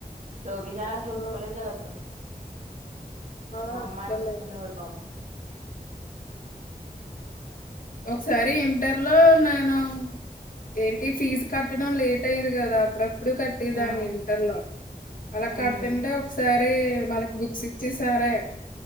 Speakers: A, on the right (about 55°); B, on the left (about 65°).
A: గోపి సార్ అసలు
B: ఆ
A: ఒప్పుకోలేదు కదా అప్పుడు
B: అవును
A: మొహమ్మార్చేసుకునే
B: ఒప్పుకోలేదు.
A: ఊరు బాబు
B: ఒకసారి ఇంటర్ లో నేను ఏటి ఫీజు కట ట్ట లేట్ అయది కదా అప్పుడప్పుడు కట్టేదాన్ని
A: ఉమ్
B: ఇంటర్ లో అలా
A: ఉమ్
B: కడుంటే ఒకసారి పే వాళ్లకి బుక్స్ ఇచ్చే సారే